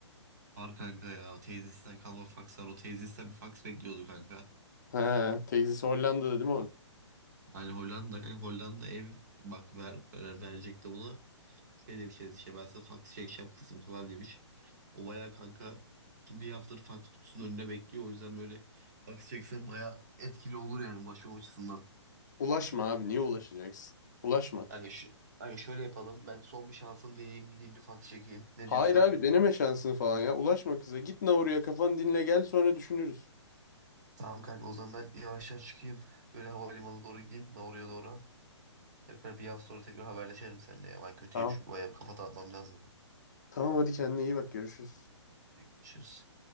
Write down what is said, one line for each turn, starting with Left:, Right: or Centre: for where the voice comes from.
Right: Var kanka ya teyzesinden kalma fax var o teyzesinden bir fax bekliyordu kanka.
Left: He, teyzesi Hollanda'da değil mi onun?
Right: Hani Hollanda kanka Hollanda ev bak ver, ver- verecekti bunu. Şey demiş yani işte ben size fax çekeceğim kızım falan demiş. O bayağı kanka bir haftadır fax kutusunun önünde bekliyor. O yüzden böyle fax çeksen bayağı etkili olur yani ulaşma açısından.
Left: Ulaşma abi niye ulaşacaksın? Ulaşma.
Right: Kanka, şu, kanka şöyle yapalım. Ben son bir şansım deneyeyim gideyim bir fax çekeyim. Ne
Left: Hayır
Right: diyorsun?
Left: abi deneme şansını falan ya. Ulaşma kıza. Git Nauru'ya kafanı dinle gel sonra düşünürüz.
Right: Tamam kanka o zaman ben yavaştan çıkayım. Böyle havalimanına doğru gideyim. Ben oraya doğru. Tekrar bir hafta sonra tekrar haberleşelim seninle. Ya. Ben kötüyüm
Left: Tamam.
Right: çünkü bayağı bir kafa dağıtmam lazım.
Left: Tamam hadi kendine iyi bak görüşürüz.
Right: Hadi görüşürüz.